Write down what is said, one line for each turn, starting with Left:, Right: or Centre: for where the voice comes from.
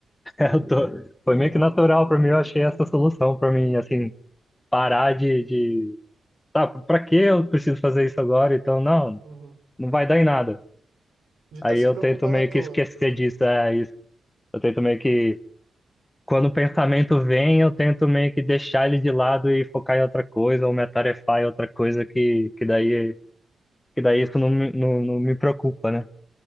Left: É, Eu tô, foi meio que natural pra mim, eu achei essa solução pra mim, assim, parar de, de tá, pra que eu preciso fazer isso agora? Então, não,
Right: Uhum.
Left: não vai dar em nada.
Right: De estar
Left: Aí
Right: se
Left: eu
Right: preocupando
Left: tento meio
Right: à toa.
Left: que esquecer disso, é isso. Eu tento meio que, quando o pensamento vem, eu tento meio que deixar ele de lado e focar em outra coisa, ou me atarefar em outra coisa que, que daí, que daí isso não, me- não, não me preocupa, né?